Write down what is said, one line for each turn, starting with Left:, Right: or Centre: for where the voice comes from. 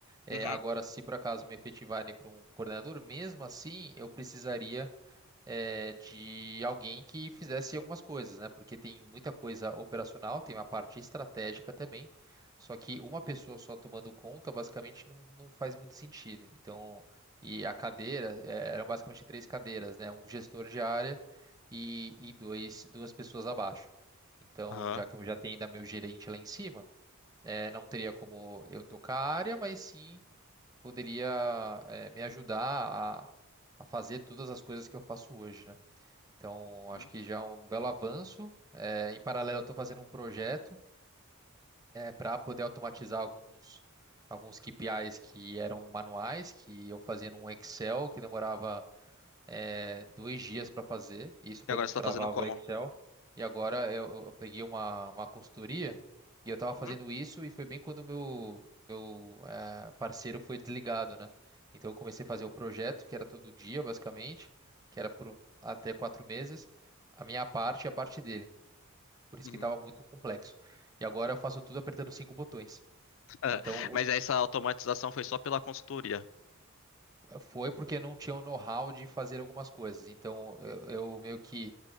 Right: É,
Left: Uhum.
Right: agora, se por acaso me efetivarem para um coordenador, mesmo assim, eu precisaria eh, de alguém que fizesse algumas coisas, né? Porque tem muita coisa operacional, tem uma parte estratégica também. Só que uma pessoa só tomando conta, basicamente, não, não faz muito sentido. Então, e a cadeira, eh, eram basicamente três cadeiras, né? Um gestor de área e, e dois, duas pessoas abaixo. Então,
Left: Aham.
Right: já que eu já tenho ainda meu gerente lá em cima, eh, não teria como eu tocar a área, mas sim poderia, eh, me ajudar a, a fazer todas as coisas que eu faço hoje, né? Então,
Left: né?
Right: acho que já é um belo avanço. É, em paralelo, eu estou fazendo um projeto para poder automatizar alguns, alguns KPIs que eram manuais, que eu fazia num Excel, que demorava é, dois dias para fazer, isso quando
Left: E agora
Right: não
Left: você
Right: travava
Left: tá fazendo como?
Right: o Excel. E agora eu, eu peguei uma, uma consultoria e eu estava fazendo
Left: Uhum.
Right: isso e foi bem quando meu, meu eh, parceiro foi desligado, né? Então eu comecei a fazer o projeto, que era todo dia, basicamente, que era por até quatro meses, a minha parte e a parte dele. Por isso
Left: Uhum.
Right: que estava muito
Left: <laughs>
Right: complexo. E agora eu faço tudo apertando cinco botões.
Left: Ah,
Right: Então, o,
Left: Mas essa automatização foi só pela consultoria.
Right: Foi porque não tinha o know-how de fazer algumas coisas. Então, eu, eu meio que